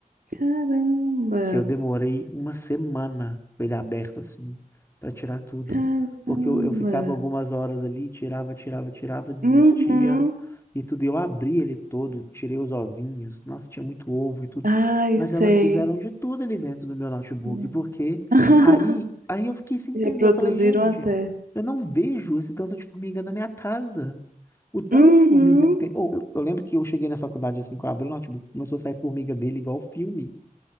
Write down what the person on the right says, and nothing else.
caramba,
caramba.
Uhum.
Ai,
sei.
Sim.
<laughs>
Reproduziram
até.
Uhum.